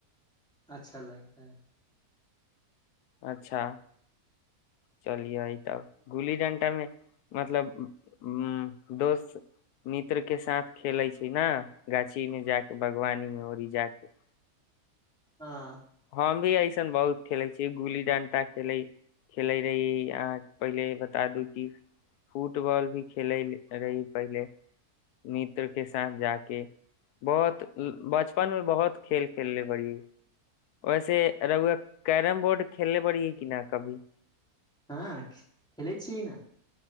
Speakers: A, in the centre; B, on the left (about 85°).
A: अच्छा लगता है
B: अच्छा चलििय तब गुल्ली डंटामे मतलब उ दोस्त मित्रके साथ खेलै छै ने गाछीमे जााकऽ बागवानी मे ओरी जााकऽ
A: ह <unintelligible>
B: हम भी ऐसन बहुत खेले छीियै गुल्ली डंटा खेले खेले रही आ पहिले बता दू कि फू फुटबाली <unintelligible> खेलै रही पहिले मित्र के साथ जााक बहुत बचपन मे बहुत खेल खेलले पै वैसे रघुआ कैरम बोर्ड खेलने पड़ी है कि न कभी
A: हँ खेलै छिय ने